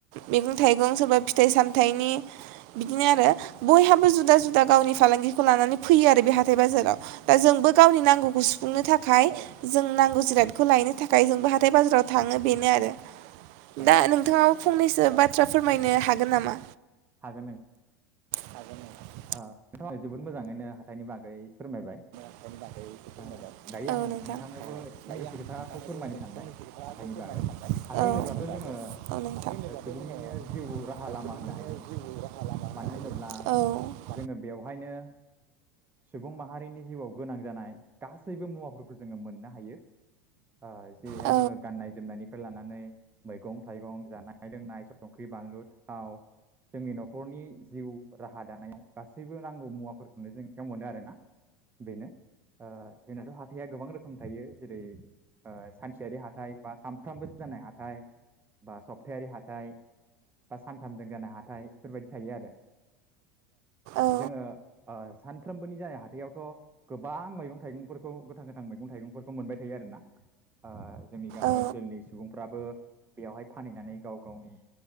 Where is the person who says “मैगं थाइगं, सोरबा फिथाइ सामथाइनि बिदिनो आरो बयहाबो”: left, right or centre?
Right